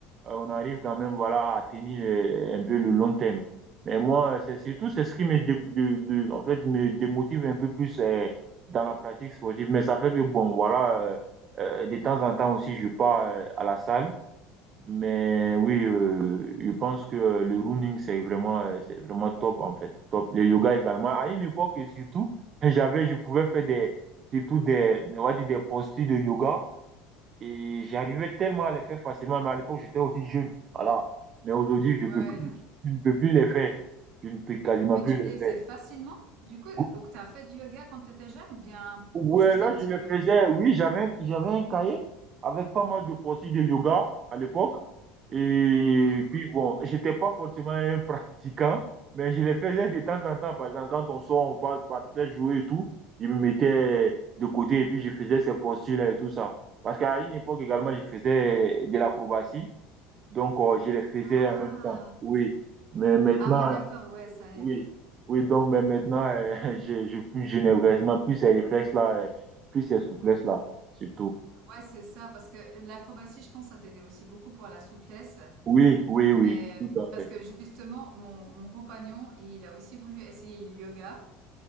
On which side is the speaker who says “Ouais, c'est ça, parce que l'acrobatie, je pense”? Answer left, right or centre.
Right